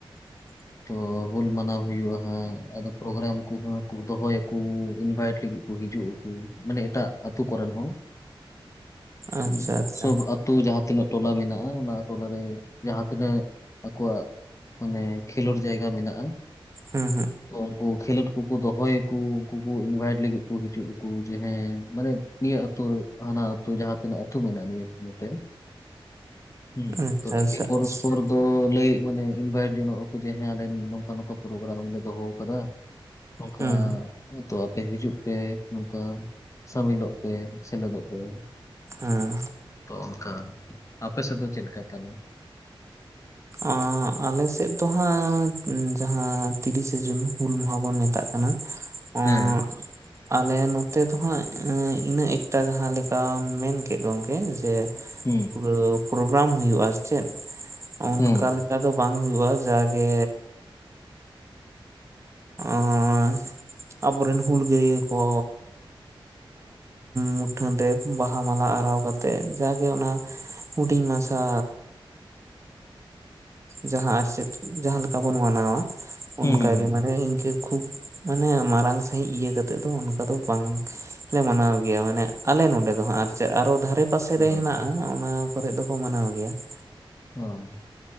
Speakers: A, on the right (about 30°); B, on the left (about 35°).
A: <inaudible>
B: ᱛᱚ ᱦᱩᱞ ᱢᱟᱱᱟᱣ ᱦᱩᱭᱩᱜᱼᱟ ᱦᱟᱸᱜ ᱟᱫᱚ ᱯᱨᱳᱜᱨᱟᱢ ᱠᱚᱦᱚ ᱠᱚ ᱫᱚᱦᱚᱭᱟᱠᱚ ᱤᱱᱵᱟᱭᱤᱴ ᱞᱟᱹᱜᱤᱫ ᱠᱚ ᱾ ᱦᱤᱡᱩᱜ ᱟᱠᱚ ᱢᱟᱱᱮ ᱮᱴᱟᱜ ᱟᱹᱛᱩ ᱠᱚᱨᱮᱱ ᱦᱚᱸ
A: ᱟᱪᱪᱷᱟ
B: ᱦᱚᱸ
A: ᱟᱪᱪᱷᱟ
B: ᱥᱚᱵᱽ ᱟᱛᱩ ᱡᱟᱦᱟᱸ ᱛᱤᱱᱟᱹᱜ ᱴᱚᱞᱟ ᱢᱮᱱᱟᱜᱼᱟ ᱚᱱᱟ ᱴᱚᱞᱟᱨᱮ ᱡᱟᱦᱟᱸ ᱛᱤᱱᱟᱹᱜ ᱟᱠᱚᱣᱟᱜ ᱚᱱᱮ ᱠᱷᱮᱞᱳᱰ ᱡᱟᱭᱜᱟ ᱢᱮᱱᱟᱜᱼᱟ
A: ᱦᱩᱸ
B: ᱛᱚ ᱩᱱᱠᱩ ᱠᱷᱮᱞᱳᱰ ᱩᱱᱠᱩ ᱠᱚ ᱫᱚᱦᱚ ᱭᱟᱠᱚ ᱩᱱᱠᱩ ᱠᱚ ᱤᱱᱵᱷᱟᱭᱤᱴ ᱞᱟᱹᱜᱤᱫ ᱠᱚ ᱦᱤᱡᱩᱜ ᱟᱠᱚ ᱡᱮ ᱦᱮᱸ ᱢᱟᱱᱮ ᱱᱤᱭᱟᱹ ᱟᱹᱛᱩ ᱦᱟᱱᱟ ᱟᱹᱛᱩ ᱡᱟᱦᱟᱸ ᱛᱱᱟᱹᱜ ᱟᱹᱛᱩ ᱢᱮᱱᱟᱜᱼᱟ ᱱᱤᱭᱟᱹ ᱱᱚᱛᱮ ᱦᱮᱸ
A: ᱦᱩᱸ
B: ᱛᱚ
A: ᱟᱪᱪᱷᱟ
B: ᱮᱠᱮ ᱯᱚᱨᱚᱥᱯᱚᱨ
A: ᱟᱪᱪᱷᱟ
B: ᱫᱚ ᱞᱟᱹᱭ ᱢᱟᱱᱮ ᱤᱱᱵᱷᱟᱭᱤᱴ ᱡᱚᱱᱚᱜ ᱟᱠᱚ ᱡᱮ ᱦᱮᱸ ᱟᱞᱮ ᱱᱚᱝᱠᱟ ᱱᱚᱝᱠᱟ ᱯᱨᱳᱜᱨᱟᱢ ᱞᱮ ᱫᱚᱦᱚ ᱟᱠᱟᱫᱟ ᱾ ᱱᱚᱝᱠᱟ
A: ᱦᱩᱸ
B: ᱦᱩᱸ ᱛᱚ ᱟᱯᱮ ᱦᱤᱡᱩᱜ ᱯᱮ ᱱᱚᱝᱠᱟ ᱥᱟᱹᱢᱤᱞᱚᱜ ᱯᱮ ᱥᱮᱞᱮᱫᱚᱜ ᱯᱮ
A: ᱦᱮᱸ
B: ᱾ ᱛᱚ ᱚᱱᱠᱟ ᱟᱯᱮ ᱥᱮᱫ ᱫᱚ ᱪᱮᱫ ᱞᱮᱠᱟ ᱛᱟᱦᱞᱮ?
A: ᱟᱸ ᱟᱞᱮ ᱥᱮᱫ ᱫᱚ ᱦᱟᱸᱜ ᱡᱟᱦᱟᱸ ᱛᱤᱨᱤᱥᱮ ᱡᱩᱱ ᱦᱩᱞ ᱢᱟᱦᱟ ᱵᱚᱱ ᱢᱮᱛᱟᱜ ᱠᱟᱱᱟ
B: ᱦᱮᱸ,
A: <unintelligible> ᱟᱞᱮ ᱱᱚᱛᱮ ᱫᱚᱦᱟᱸᱜ ᱤᱱᱟᱹᱜ ᱮᱠᱴᱟ ᱡᱟᱦᱟᱸ ᱞᱮᱠᱟᱢ ᱢᱮᱱ ᱠᱮᱫ ᱜᱚᱝᱠᱮ ᱡᱮ
B: ᱦᱩᱸ,
A: ᱯᱩᱨᱟᱹ ᱯᱨᱳᱜᱨᱟᱢ ᱦᱩᱭᱩᱜᱼᱟ ᱪᱮᱫ ᱚᱱᱠᱟᱞᱮᱠᱟ
B: ᱦᱩᱸ,
A: ᱫᱚ ᱵᱟᱝ ᱦᱩᱭᱩᱜᱼᱟ ᱡᱟᱜᱮ ᱟᱨ ᱟᱵᱚᱨᱮᱱ ᱦᱩᱞᱜᱟᱹᱨᱭᱟᱹ ᱠᱚ ᱢᱩᱴᱷᱟᱹᱱ ᱨᱮ ᱵᱟᱦᱟ ᱢᱟᱞᱟ ᱟᱨᱟᱣ ᱠᱟᱛᱮᱮᱫ ᱡᱟᱜᱮ ᱚᱱᱟ ᱦᱤᱰᱤᱧ ᱢᱟᱪᱷᱟ ᱡᱟᱦᱟᱸ ᱥᱮᱛ ᱡᱟᱦᱟᱸᱞᱮᱠᱟ ᱵᱚᱱ ᱢᱟᱱᱟᱣᱟ ᱾ ᱚᱱᱠ
B: ᱦᱩᱸ, ᱦᱩᱸ, ᱦᱩᱸ᱾
A: ᱜᱮ ᱢᱟᱱᱮ ᱤᱱᱠᱟᱹ ᱠᱷᱩᱵ ᱢᱟᱱᱮ ᱢᱟᱨᱟᱝ ᱥᱟᱺᱦᱤᱡ ᱤᱭᱟᱹ ᱠᱟᱛᱮ ᱫᱚ ᱚᱱᱠᱟ ᱫᱚ ᱵᱟᱝ ᱞᱮ ᱢᱟᱱᱟᱣ ᱜᱮᱭᱟ ᱢᱟᱱᱮ ᱟᱞᱮ ᱱᱚᱸᱰᱮ ᱫᱚ ᱦᱟᱸᱜ ᱟᱨ ᱟᱨᱚ ᱫᱷᱟᱨᱮ ᱯᱟᱥᱮ
B: ᱦᱚᱸ,
A: ᱨᱮ ᱦᱮᱱᱟᱜᱼᱟ ᱚᱱᱟ ᱠᱚᱨᱮ ᱫᱚᱠᱚ ᱢᱟᱱᱟᱣ ᱜᱮᱭᱟ ᱾
B: ᱦᱚᱸ,